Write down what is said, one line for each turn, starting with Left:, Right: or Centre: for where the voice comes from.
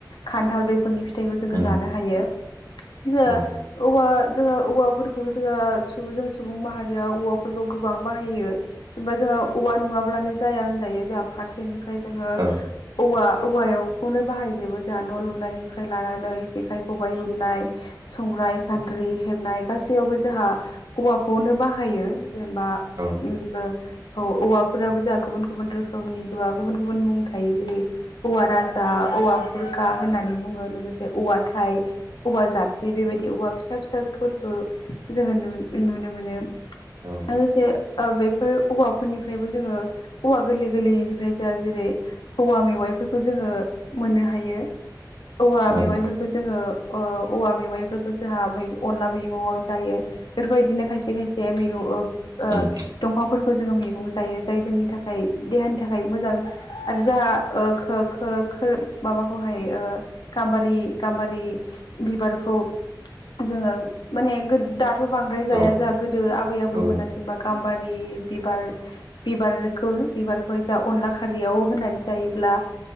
Left: खान्थाल बेफोरनिथाइ फिथाइखौ जोङो
Right: उम
Left: जानो हायो जो
Right: औ
Left: औवा जोंहा औवाफोरखौबो जोंहा जों सुबुं माहारिया औवाफोरखौ गोबां बाहायो। एबा जोंहा औवा नङाब्लानो जाया होनजायो। जोंहा फारसेनिफ्राय जोङो
Right: औ
Left: औवा औवाखौनो बाहायजोबो जों न' लुनायनिफ्राय लानानै जेखाइ खबाइ हमनाय संग्रा संग्राय सान्द्रि हेबनाय गासैयावबो जोंहा हौवाखौनो बाहायो। जेनबा
Right: औ
Left: ओम औवाफोराबो जाों गुबुन गुबुन रोखोमनि बा गुबुन गुबुन मुं थायो। जेरै औवा राजा, औवा खुरखा होननानै बुङो लोगोसे औवा थाइ। औवा जाथि बेबायदि औबवा फिसा फिसाफोरखौ जोङो नुनो मोनो।
Right: औ
Left: लोगोसे बेफोर औवाफोरनिफ्रायबो जोङो औवा गोरलै गोरलैनिफ्राय -जा जेरै औवा मेवाइफोरखौ जोङो मोननो हायो औवा
Right: औ
Left: मेवाइफोरखौ जोङो ओ औवा मेवाइफोरखौ जोंहा मै अनला मैगंआव जायो बेफोरबायदिनो खायसे खायसे <unintelligible>
Right: उम
Left: दंफांफोरखौ जों मेगं जायो जाय जोंनि थाखाय देहानि थाखाय -जों आरो जोंहा ओ खो खो खो खोर माबाखौहाय ओ गाम्बारि गाम -रि बिबारखौ जोङो माने गोर दाथ बांद्राय जाया
Right: औ
Left: जा गोदो आबै आबैमोनासिमबा
Right: उम
Left: गाम्बारि बिबार बिबारखौ बिबारखौ जोंहा अनला खारियाव होनानै जायोब्ला